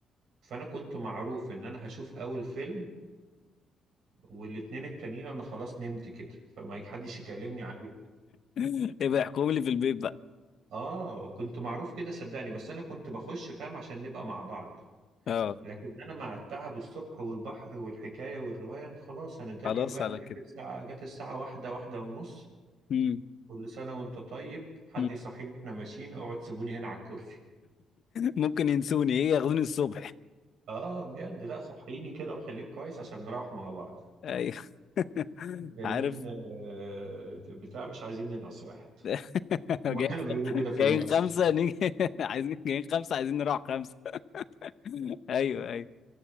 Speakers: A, on the right (about 75°); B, on the left (about 60°).
A: فانا كنت معروف ان انا هشوف اول فيلم والاتنين التانيين انا خلاص نمت كده فما حدش يكلمني عليه
B: <laughs> يبقى احكم لي في البيت بقى
A: اه كنت معروف كده صدقني بس انا كنت بخش فاهم عشان نبقى مع بعض
B: اه
A: لكن انا مع التعب الصبح والبحر والحكايه والروايه أنا خلاص انا اداني
B: خلاص
A: الوقت
B: على
A: جت
B: كده
A: الساعه جت الساعه واحده واحده ونص
B: امم
A: كل سنه وانت طيب حد
B: <laughs>
A: يصحيني واحنا ماشيين اقعد سيبوني هنا على الكرسي
B: ممكن ينسوني ايه ياخدوني الصبح
A: اه بجد لا صحيني كده وخليك كويس عشان نروح مع بعض
B: ايوه <laughs>
A: جايين
B: عارف
A: آه، بتاع مش عايزين ننقص واحد
B: <laughs>
A: هما
B: جايين
A: كانوا بيقولوا كده في المؤسسة
B: جايين خمسه نيجي <laughs> عايزين جايين خمسه عايزين نروح خمسه <laughs> ايوه ايوه